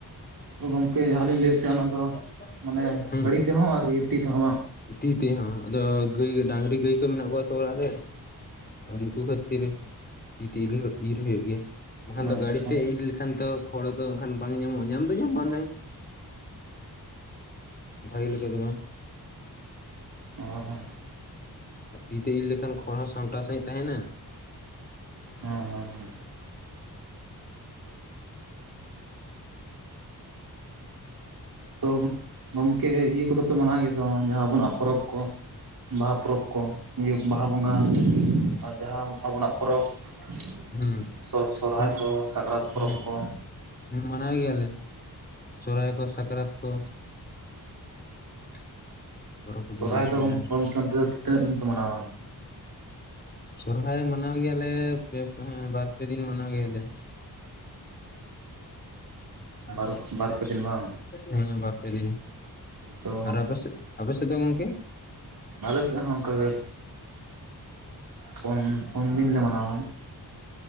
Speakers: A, on the right; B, on the left.
A: ᱛᱚ ᱜᱚᱢᱠᱮ ᱡᱟᱦᱟᱸ ᱞᱤᱧ ᱞᱟᱹᱭᱮᱫ ᱛᱟᱦᱮᱸ ᱚᱱᱟ ᱫᱚ
B: <unintelligible>
A: ᱢᱟᱱᱮ ᱜᱟᱹᱲᱤ ᱛᱮᱦᱚᱸ ᱟᱨ ᱛᱤ ᱛᱮᱦᱚᱸ
B: ᱛᱤ ᱛᱮᱦᱚᱸ ᱟᱫᱚ ᱜᱟᱹᱭ ᱰᱟᱝᱨᱤ ᱜᱟᱹᱭ ᱠᱚ ᱢᱮᱱᱟᱜ ᱠᱚᱣᱟ ᱛᱚ ᱚᱲᱟᱜ ᱨᱮ᱾ ᱩᱱᱠᱩ ᱠᱷᱟᱹᱛᱤᱨ ᱛᱤ ᱛᱤᱜᱮ ᱤᱨ ᱦᱩᱭᱩᱜ ᱜᱮᱭᱟ᱾
A: ᱵᱟᱝ
B: ᱵᱟᱠᱷᱟᱱ ᱫᱚ
A: ᱟᱪᱪᱷᱟ
B: ᱜᱟᱹᱲᱤ ᱛᱮ ᱤᱨ ᱞᱮᱠᱷᱟᱱ ᱛᱚ ᱠᱷᱚᱲᱚ ᱫᱚ ᱟᱠᱷᱟᱱ ᱵᱟᱝ ᱧᱟᱢᱚᱜᱼᱟ ᱧᱟᱢ ᱫᱚ ᱧᱟᱢᱚᱜᱼᱟ ᱚᱱᱮ ᱵᱷᱟᱜᱮ ᱞᱮᱠᱟ ᱫᱚ ᱵᱟᱝ ᱾
A: ᱚ ᱦᱚ ᱸ
B: ᱛᱤᱛᱮ ᱤᱨ ᱞᱮᱠᱷᱟᱱ ᱠᱷᱚᱲ ᱦᱚᱸ ᱥᱟᱢᱴᱟᱣ ᱥᱟᱸᱦᱤᱡ ᱛᱟᱦᱮᱸᱱᱟ᱾
A: ᱦᱚᱸ ᱦᱚᱸ ᱦᱚᱸ ᱛᱚ ᱜᱚᱢᱠᱮ ᱤᱭᱟᱹ ᱠᱚᱫᱚ ᱯᱮ ᱢᱟᱱᱟᱣ ᱜᱮᱭᱟ ᱥᱮ ᱵᱟᱝ ᱡᱟᱦᱟᱸ ᱟᱵᱚᱱᱟᱜ ᱯᱚᱨᱚᱵᱽ ᱠᱚ? ᱵᱟᱦᱟ ᱯᱚᱨᱚᱵᱽ ᱠᱚ ᱤᱭᱟᱹ ᱵᱟᱦᱟ ᱵᱚᱸᱜᱟ ᱟᱨ ᱡᱟᱦᱟᱸ ᱟᱵᱚᱱᱟᱜ ᱯᱚᱨᱚᱵᱽ ᱾
B: ᱦᱩᱸ
A: ᱥᱚᱨ ᱥᱚᱨᱦᱟᱭ
B: ᱢᱟᱱ
A: ᱠᱚ ᱥᱟᱠᱨᱟᱛ ᱯᱚᱨᱚᱵᱽ
B: ᱦᱮᱸ
A: ᱠᱚ?
B: ᱢᱟᱱᱟᱣ ᱜᱮᱭᱟᱞᱮ ᱥᱩᱨᱦᱟᱭ ᱠᱚ ᱥᱟᱠᱨᱟᱛ ᱠᱚ᱾ <inaudible> ᱠᱚᱫᱚ
A: ᱥᱚᱨᱦᱟᱭ
B: ᱢᱟᱱᱟᱣ
A: ᱫᱚ
B: ᱜᱮᱭᱟ
A: ᱜᱚᱝᱠᱮ ᱚᱱᱛᱮ ᱫᱚ ᱛᱤᱱᱟᱹᱜ ᱫᱤᱱ ᱯᱮ ᱢᱟᱱᱟᱣᱟ?
B: ᱥᱚᱨᱦᱟᱭ ᱢᱟᱱᱟᱣ ᱜᱮᱭᱟᱞᱮ ᱯᱮ ᱵᱟᱨ ᱯᱮ ᱫᱤᱱ ᱢᱟᱱᱟᱣ ᱜᱮᱭᱟᱞᱮ᱾
A: ᱵᱟᱨ ᱵᱟᱨᱯᱮ ᱫᱤᱱ ᱵᱟᱝ
B: ᱦᱮᱸ ᱵᱟᱨᱯᱮ ᱫᱤᱱ,
A: ᱛᱚ
B: ᱟᱨ ᱟᱯᱮ ᱥᱮᱫ ᱟᱯᱮ ᱥᱮᱫ ᱫᱚ ᱜᱚᱝᱠᱮ?
A: ᱟᱞᱮ ᱥᱮᱫ ᱦᱚᱸ ᱚᱱᱠᱟᱜᱮ ᱯᱩᱱ ᱯᱩᱱ ᱫᱤᱱ ᱞᱮ ᱢᱟᱱᱟᱣᱟ᱾